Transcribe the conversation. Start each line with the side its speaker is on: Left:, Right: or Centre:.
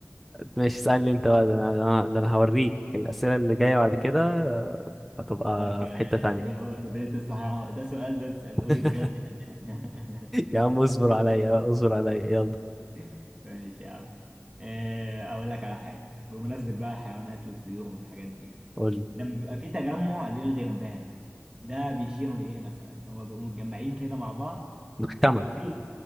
Centre: ماشي اسالني انت بقى ده انا ده انا ده أنا هوريك الاسئله اللي جايه بعد كده آه، هتبقى
Right: قال لك آه،
Centre: في حته تانية
Right: ايه هو سفينة الصحراء ده سؤال ده تسأله
Centre: <laughs>
Right: لي بجد يعني
Centre: يا عم اصبر عليا بقى، اصبر عليا يلا
Right: <laughs> ماشي يا عم آه، اقول لك على حاجة بمناسبة بقى الحيوانات والطيور والحاجات دي
Centre: قول لي
Right: لما بيبقى في تجمع للغربان ده بيشير لإيه مثلا هو بيبقوا متجمعين كده مع بعض
Centre: محكمه
Right: ويبقى في